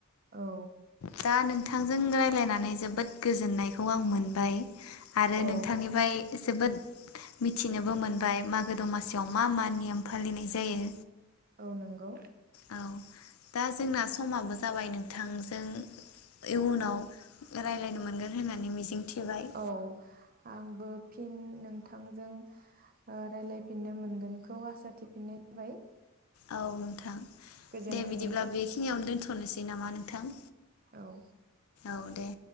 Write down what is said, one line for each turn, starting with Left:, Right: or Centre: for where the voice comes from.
Right: औ
Left: दा नोंथांजों रायज्लायनानै जोबोद गोजोननायखौ आं मोनबाय आरो
Right: औ
Left: नोंथांनिफ्राय जोबोद मिथिनोबो मोनबाय मागो दमासियाव मा मा नेम फालिनाय जायो
Right: औ नंगौ
Left: औ दा जोंना समाबो जाबाय नोंथां ओं इयुनाव रायलायनो मोनगोन होननानै मिजिं थिबाय
Right: औ आंबो फिन नोंथांजों रायलायफिननो मोनगोनखौ आसा थिफिननाय जाबाय।
Left: औ नोंथां
Right: गोजोन्थों
Left: दे बिदिब्ला
Right: नोंथां
Left: बेखिनियावनो दोनथनो दोनथसै नामा नोंथां
Right: औ
Left: औ दे